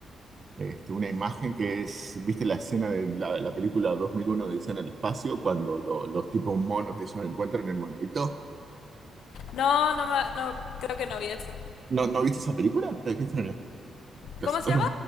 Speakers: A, on the right; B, on the left.
A: este, una imagen que es, ¿viste la escena de la, la película 2001 de Odisea en el espacio? Cuando lo- los tipos monos esos encuentran el monolito.
B: No, no, ma- no, creo que no vi eso.
A: ¿No, no viste esa película? Ay, qué extraño. Casi
B: ¿Cómo se
A: todo-
B: llama?